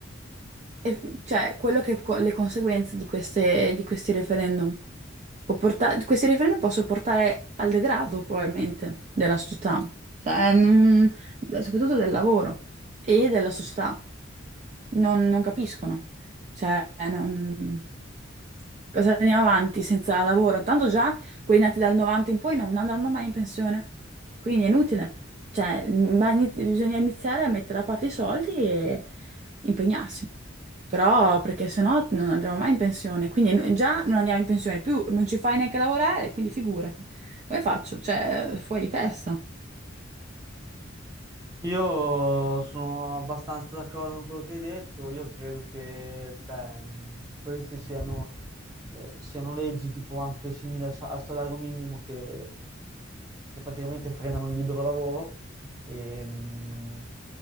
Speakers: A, on the right; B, on the right.
A: eh, cioè, quello che co- le conseguenze di queste- di questi referendum può porta- questi referendum possono portare al degrado probabilmente della società, cioè, non- soprattutto del lavoro e della società non, non capiscono. Cioè, non... cosa andiamo avanti senza lavoro? Tanto già quelli nati dal 90 in poi non andranno mai in pensione, quindi è inutile. Cioè, ma ini- bisogna iniziare a mettere da parte i soldi e impegnarsi. Però, perché sennò non andremo mai in pensione, quindi è inu- già non andiamo in pensione più, non ci fai neanche lavorare, quindi figurati. Come faccio? Cioè, fuori di testa.
B: Io sono abbastanza d'accordo con quello che hai detto. Io credo che cioè, mh, queste siano, eh, siano leggi tipo anche simili al, sa- al salario minimo che, che praticamente frenano il libero lavoro. e, mh,